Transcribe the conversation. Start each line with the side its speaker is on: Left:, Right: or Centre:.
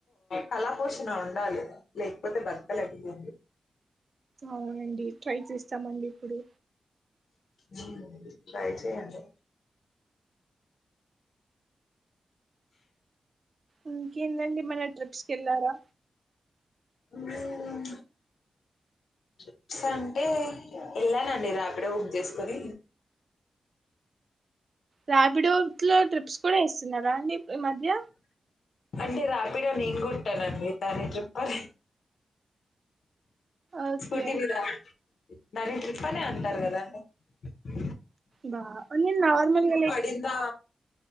Left: కళా పోషణ ఉండాలి లేకపోతే బతకలేము
Right: అవునండి ట్రై చేస్తామండి ఇప్పుడు
Left: ఉ ట్రై చేయండి
Right: ఇంకేంటండి ఏమన్నా ట్రిప్స్కి వెళ్ళారా
Left: హుమ్ ట్రిప్స్ అంటే వెళ్ళానండి రాపిడే బుక్ చేసుకొని
Right: రార్పిడో లో ట్రిప్స్ కూడా ఏస్తున్నారా అండి ఈ మధ్య
Left: అంటే రాపిడో నేను కొట్టానండి దాన్ని ట్రిపర్
Right: ఓకే
Left: స్కూటీ మీద దాని ట్రిప్ అనే అంటారు కదా అండి
Right: వావ్ నేను నార్మల్గా <unintelligible>
Left: పడిందా